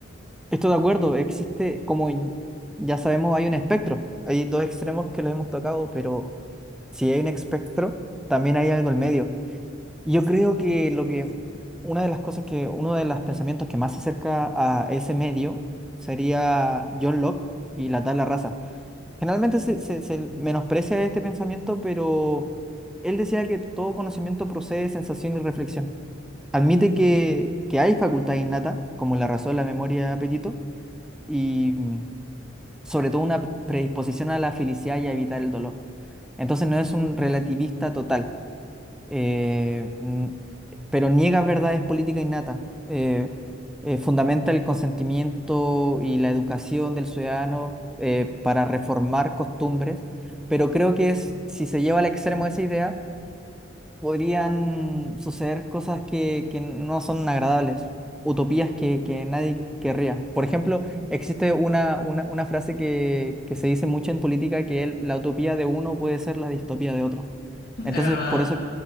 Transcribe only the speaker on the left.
<laughs>
Es verdad.